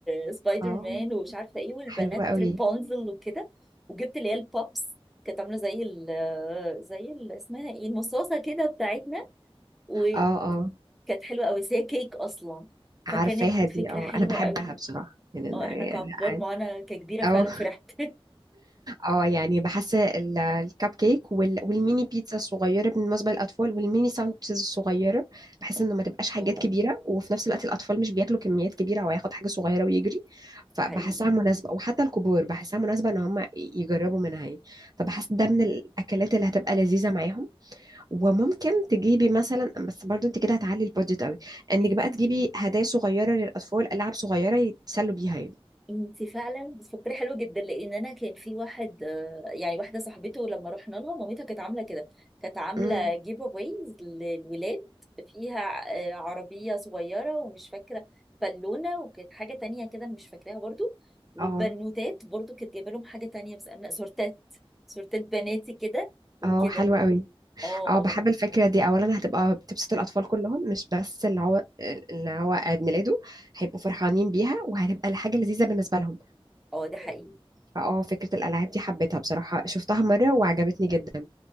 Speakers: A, in the centre; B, on the right.
A: آه، سبايدر
B: اه
A: مان ومش عارفه ايه والبنات
B: حلوه قوي
A: ريبونزل وكده وجبت اللي هي البوبس كانت عامله زي ال آه، زي ال اسمها ايه المصاصه كده بتاعتنا وكانت
B: اه اه
A: حلوه قوي بس هي كيك اصلا فكانت
B: عارفاها دي
A: فكره
B: اه
A: حلوه
B: انا بحبها
A: قوي
B: بصراحه يعني أنا-
A: اه احنا
B: يعني-
A: ككبار ما انا ككبيره
B: اه
A: فعلا فرحت
B: اه يعني بحس ال- الكب كيك وال- والميني بيتزا الصغيره بالنسبه للاطفال والميني ساندوتشز الصغيره بحس انه ما تبقاش حاجات
A: <laughs> اه
B: كبيره وفي نفس الوقت الاطفال مش بياكلوا كميات كبيره او هياخد حاجه صغيره ويجري فبحسها
A: ده حقيقي
B: مناسبه وحتى الكبار بحسها مناسبه ان هم يجربوا منها يعني فبحس ده من الاكلات اللي هتبقى لذيذه معاهم وممكن تجيبي مثلا بس برضو انت كده هتعلي البادجت قوي انك
A: ايه
B: بقى تجيبي هدايا صغيره للاطفال العاب صغيره يتسلوا بيها يعني
A: انت فعلا بتفكري حلو جدا لان انا كان في واحد آه، يعني واحده صاحبته لما رحنا لها مامتها كانت عامله كده كانت عامله
B: امم
A: جيف اويز للولاد فيها آه، عربيه صغيره ومش فاكره بالونه وكانت حاجه تانية كده مش فاكراها برضو وبنوتات
B: اه
A: برضو كانت جايبه لهم حاجه تانية بس انا سورتات سورتات بناتي كده وكده
B: اه حلوه قوي
A: اه
B: اه
A: اه
B: بحب الفكرة دي أولا هتبقى بتبسط الأطفال كلهم مش بس اللي هو اللي هو عيد ميلاده هيبقوا فرحانين بيها وهتبقى حاجة لذيذة بالنسبة لهم
A: اه ده حقيقي
B: فاه فكرة الألعاب دي حبيتها بصراحة شفتها مرة وعجبتني جدا